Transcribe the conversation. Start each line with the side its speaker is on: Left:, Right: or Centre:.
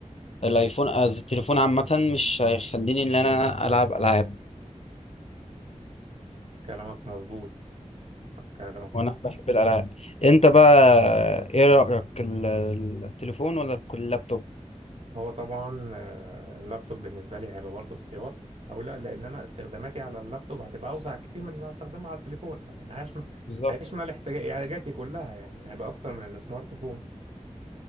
Left: الأيفون آه، التليفون عامة مش هيخليني إن أنا ألعب ألعاب
Right: كلامك مظبوط كلامك
Left: وأنا
Right: صحيح
Left: بحب الألعاب أنت بقى إيه رأيك ال- التليفون ولا كل اللابتوب
Right: هو طبعا آه، اللابتوب بالنسبه لي هيبقى برضو اختيار او لا لان انا استخداماتي على اللابتوب هتبقى اوسع كتير من اللي هستخدمها على التليفون يعني هيشمل
Left: بالظبط
Right: هيشمل احتياج- احتياجاتي كلها يعني هيبقى اكتر من السمارت فون